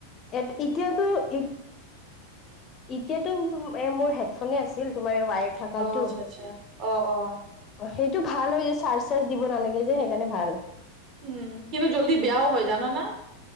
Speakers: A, on the left; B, on the right.
A: এত এতিয়াতো ই এতিয়াতো মো মোৰ এ হেডফোনে আছিল তোমাৰ ৱায়াৰ থকাটো
B: অ আচ্ছা আচ্ছা অ অ
A: সেইটো ভাল হয় যে চাৰ্জ চাৰ্জ দিব নালাগে যে সেইকাৰণে ভাল
B: উম কিন্তু জল্দি বেয়াও হয় জানা না